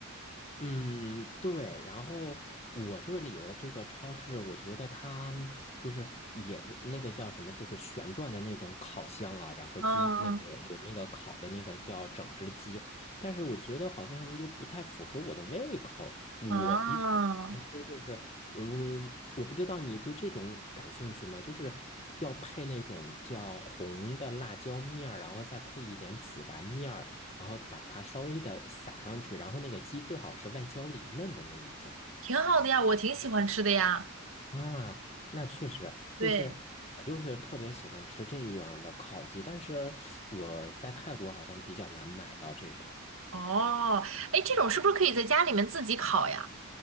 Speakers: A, on the left; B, on the right.
A: 嗯，对。然后我这里的这个超市，我觉得它就是也是那个叫什么，就是旋转的那种烤箱啊，然后鸡那个有那个烤的那个叫整只鸡，
B: 嗯
A: 但是我觉得好像又不太符合我的胃口。我比较喜欢吃就是，
B: 嗯，啊
A: 嗯，我不知道你对这种感兴趣吗？就是要配那种叫红的辣椒面儿，然后再配一点孜然面儿。然后把它稍微的撒上去，然后那个鸡最好是外焦里嫩的那一种
B: 挺好的呀，我挺喜欢吃的呀。
A: 啊。那确实就是我就是特别喜欢吃这样的烤鸡，
B: 对，
A: 但是我在泰国好像比较难买到这种，
B: 哦，哎，这种是不是可以在家里面自己烤呀？